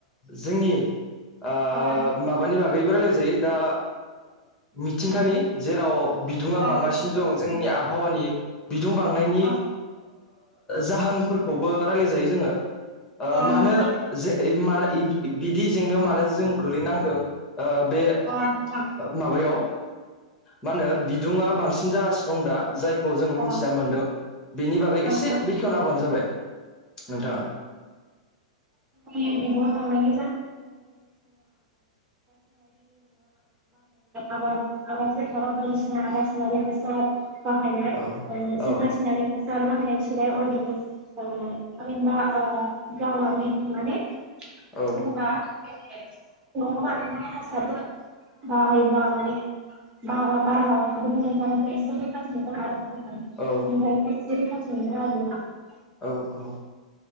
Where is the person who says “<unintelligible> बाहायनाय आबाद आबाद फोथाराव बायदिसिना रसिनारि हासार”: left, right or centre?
Right